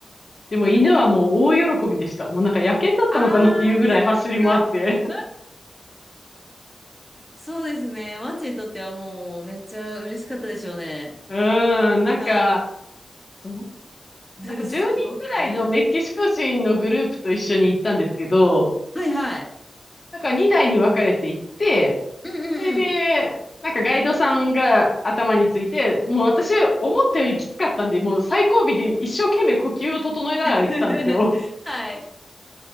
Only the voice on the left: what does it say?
でも犬はもう大喜びでした。もうなんか野犬だったのかなっていうぐらい走り回って。
<laughs> うん、なんか、
ど、
なんか10人ぐらいのメキシコ人のグループと一緒に行ったんですけど、
なんか2台に分かれて行って、
それで、なんかガイドさんが頭について、もう私思ったよりきつかったんで、もう最後尾で一生懸命呼吸を整えながら行ってたんですよ。